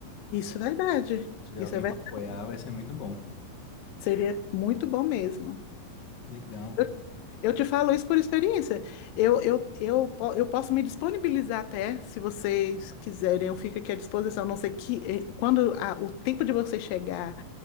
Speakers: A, on the left; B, on the left.
A: Isso é verdade.
B: Se tiver
A: Isso
B: alguém
A: é verdade.
B: pra apoiar, vai ser muito bom.
A: Seria muito bom mesmo.
B: Legal.
A: Eu eu te falo isso por experiência. Eu, eu, eu, po- eu posso me disponibilizar até, se vocês quiserem, eu fico aqui à disposição. Não sei que eh, quando a- o tempo de vocês chegar